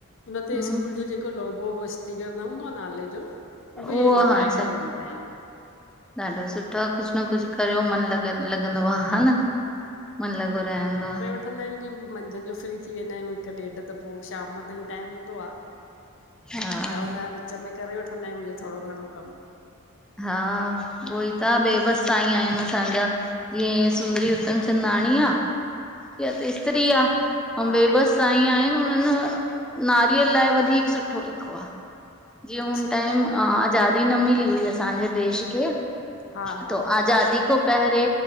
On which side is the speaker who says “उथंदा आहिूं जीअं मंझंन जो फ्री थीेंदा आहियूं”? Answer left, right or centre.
Left